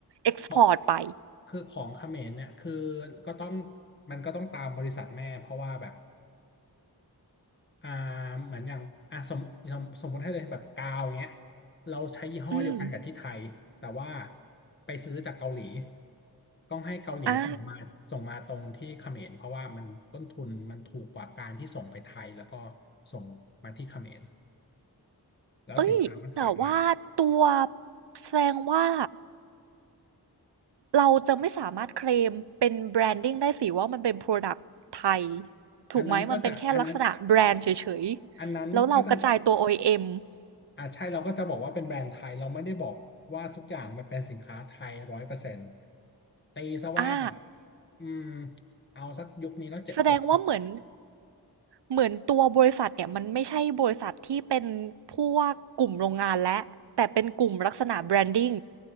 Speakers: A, on the right; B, on the left.
A: export
B: ของ
A: ไป
B: คือของเขมรเนี่ยคือก็ต้องมันก็ต้องตามบริษัทแม่เพราะว่าแบบอ่าเหมือนอย่างอ่าสมสมสมมติให้เลยแบบกาวเงี้ยเราใช้ยี่ห้อเดียวกันกับที่ไทยแต่ว่า
A: อืม
B: ไปซื้อจากเกาหลีต้องให้เกาหลีส่งมาส่งมาตรงที่เขมรเพราะว่ามันต้นทุนมันถูกกว่าการที่ส่งไปไทยแล้วก็
A: อ่า
B: ส่งมาที่เขมรแล้วสินค้ามันขายได้
A: เอ้ยแต่ว่าตัวแสดงว่าเราจะไม่สามารถเคลมเป็นแบรนดิ้งได้สิว่ามันเป็น Product ไทยถูกไหมมันเป็นแค่ลักษณะแบรนด์เฉยๆแล้วเรากระจายตัว
B: อันนั้นก็จะอันนั้นอันนั้นก็จะ
A: OEM ออีเอ็ม
B: อ่าใช่เราก็จะบอกว่าเป็นแบรนด์ไทยเราไม่ได้บอกว่าทุกอย่างมันเป็นสินค้าไทยร้อยเปอร์เซ็นต์ตีซะว่าแบบ
A: อ่า
B: อืมเอาสักยุคนี้ก็เจ็ดหก
A: แสดงว่าเหมือนเหมือนตัวบริษัทเนี่ยมันไม่ใช่บริษัทที่เป็นพวกกลุ่มโรงงานและแต่เป็นกลุ่มลักษณะแบรนดิ้ง